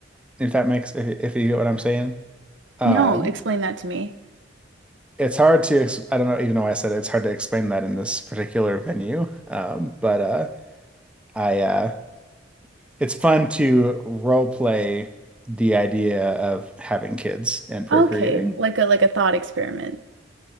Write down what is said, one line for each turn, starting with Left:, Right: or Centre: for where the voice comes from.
Centre: if that makes if if you get what I'm saying. Um
Right: No, explain that to me.
Centre: it's hard to ex I don't know even though I said it, it's hard to explain that in this particular venue. Um but uh I uh it's fun to role play the idea of having kids and procreating.
Right: Okay, like a like a thought experiment.